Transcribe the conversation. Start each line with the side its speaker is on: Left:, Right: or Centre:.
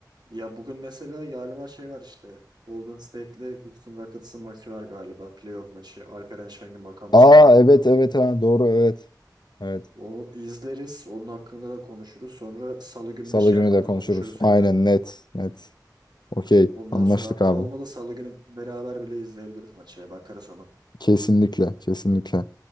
Right: Ya bugün mesela galiba şey var işte. Golden State'le Houston Rockets'ın maçı var galiba. Playoff maçı. Alperen Şengün bakalım
Left: Aa
Right: çıkacak
Left: evet
Right: mı dördüncü
Left: evet
Right: maç.
Left: ha, doğru evet. Evet.
Right: Onu izleriz. Onun hakkında da konuşuruz. Sonra salı günü
Left: Salı
Right: de şey
Left: günü
Right: hakkında
Left: de konuşuruz.
Right: konuşuruz
Left: Aynen
Right: illa.
Left: net net. Okey
Right: Ondan
Left: anlaştık
Right: sonra hatta
Left: abi.
Right: olmadı salı günü beraber bile izleyebiliriz maçı ya. Bakarız ona.
Left: Kesinlikle kesinlikle.